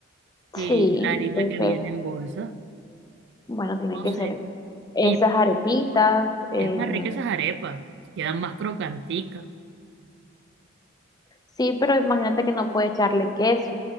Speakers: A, on the left; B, on the right.
A: Sí,
B: que la harina
A: entonces,
B: que viene en bolsa,
A: bueno, tiene
B: no
A: que
B: sé,
A: ser esas
B: y
A: arepitas. em,
B: es más rica esas arepas, quedan más crocanticas.
A: sí, pero imagínate que no puede echarle queso.